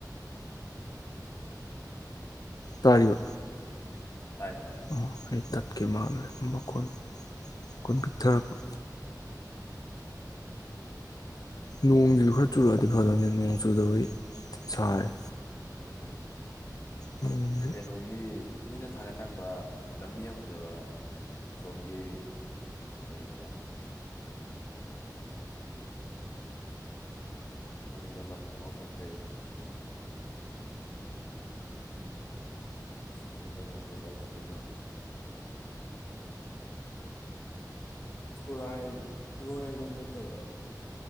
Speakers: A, on the left (about 60°); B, on the left (about 40°).
A: ꯇꯥꯔꯤꯕ
B: ꯇꯥꯏ ꯇꯥꯏ
A: ꯑꯥ ꯑꯩ ꯇꯠꯀꯦ ꯃꯥꯜꯂꯔꯦ ꯃꯈꯣꯜ ꯃꯈꯨꯟ ꯄꯤꯛꯊꯔꯛꯄ ꯅꯣꯡꯁꯤꯁꯨ ꯈꯔ ꯆꯨꯔꯛꯑꯗꯤ ꯐꯗꯕꯅꯦ ꯅꯣꯡ ꯆꯨꯗꯕꯒꯤ ꯁꯥꯔꯦ
B: ꯎꯝ
A: ꯅꯣꯡꯁꯦ
B: ꯀꯩꯅꯣꯒꯤ ꯃꯤꯅ ꯊꯥꯒꯠꯂꯛꯄ ꯂꯝꯕꯤ ꯌꯥꯝ ꯐꯖꯕ ꯁꯣꯝꯒꯤ ꯀꯩ ꯍꯥꯏꯕ ꯃꯃꯤꯡꯗ ꯂꯝꯗꯣ ꯀꯥꯎꯊꯣꯛꯈ꯭ꯔꯦꯦ ꯎꯝ ꯁꯃꯤꯗ ꯂꯝꯟꯖꯤꯀꯥꯎ ꯊꯄꯦꯁꯣ ꯈꯨꯔꯥꯏ ꯈꯨꯔꯥꯏꯔꯣꯝ ꯅꯠꯇꯕ